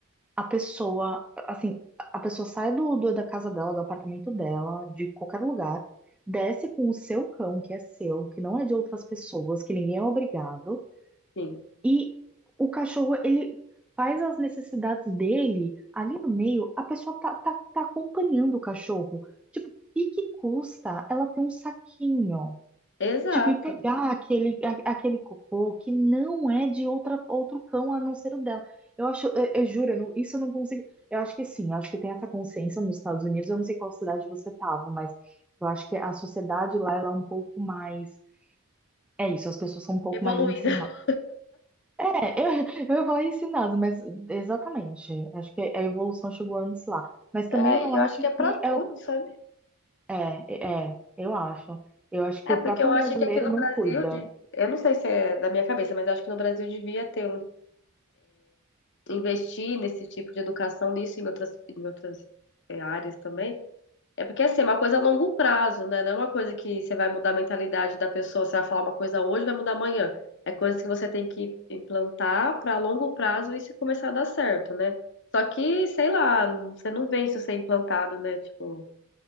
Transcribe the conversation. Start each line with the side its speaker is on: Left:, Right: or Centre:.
Centre: a pessoa, assim, a pessoa sai do, do- da casa dela, do apartamento dela, de qualquer lugar, desce com o seu cão, que é seu, que não é de outras pessoas, que ninguém é obrigado,
Left: sim.
Centre: e o cachorro, ele faz as necessidades dele ali no meio, a pessoa tá, tá, tá acompanhando o cachorro. Tipo, e que custa ela ter um saquinho?
Left: Exato,
Centre: Tipo, e pegar aquele, a- aquele cocô que não é de outra, outro cão a não ser o dela. Eu acho, eu, eu juro, eu não- isso eu não consigo. Eu acho que sim, eu acho que tem essa consciência nos Estados Unidos. Eu não sei qual cidade você estava, mas eu acho que a sociedade lá ela é um pouco mais. É isso, as pessoas são um pouco
Left: evoluída.
Centre: mais ensinadas.
Left: <laughs>
Centre: É, eu, eu ia falar ensinadas, mas exatamente. Acho que a evolução chegou antes lá. Mas também
Left: É,
Centre: eu
Left: e eu
Centre: acho
Left: acho que é pra
Centre: que
Left: tudo,
Centre: é, o-
Left: sabe?
Centre: é, é, eu acho. Eu acho que
Left: É,
Centre: o
Left: porque
Centre: próprio
Left: eu
Centre: brasileiro
Left: acho que aqui no
Centre: não
Left: Brasil,
Centre: cuida.
Left: de- eu não sei se é da minha cabeça, mas eu acho que no Brasil devia ter um investir nesse tipo de educação, nisso em outras, em outras é, áreas também. É porque assim, é uma coisa a longo prazo, né? Não é uma coisa que você vai mudar a mentalidade da pessoa, você vai falar uma coisa hoje, vai mudar amanhã. É coisa que você tem que implantar para longo prazo e se começar a dar certo, né? Só que, sei lá, você não vê isso ser implantado, né? Tipo,